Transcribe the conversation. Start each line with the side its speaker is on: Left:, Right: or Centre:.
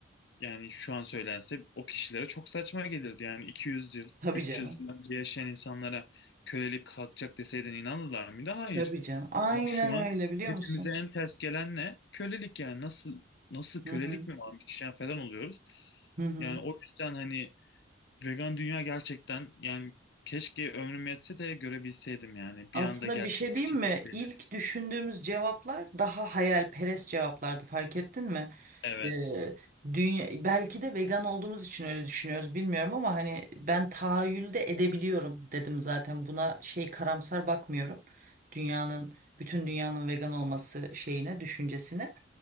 Left: yani şu an söylense o kişilere çok saçma gelirdi. Yani 200 yıl,
Right: Tabii
Left: 300
Right: canım.
Left: yıl önce yaşayan insanlara kölelik kalkacak deseydin inanırlar mıydı? Hayır.
Right: Tabii canım. Aynen
Left: Ama şu an
Right: öyle biliyor
Left: hepimize
Right: musun?
Left: en ters gelen ne? Kölelik yani nasıl nasıl kölelik
Right: Hı hı.
Left: mi varmış yani falan oluyoruz.
Right: Hı hı.
Left: Yani o yüzden hani vegan dünya gerçekten yani keşke ömrüm yetse de görebilseydim yani
Right: Aslında
Left: bir anda gerçekleşebilseydi.
Right: bir şey diyeyim mi? İlk düşündüğümüz cevaplar daha hayalperest cevaplardı fark ettin mi?
Left: Evet,
Right: Ee, dünya, belki de vegan olduğumuz için öyle düşünüyoruz bilmiyorum ama hani ben tahayyülde edebiliyorum dedim zaten buna şey karamsar bakmıyorum. Dünyanın bütün dünyanın vegan olması şeyine düşüncesine.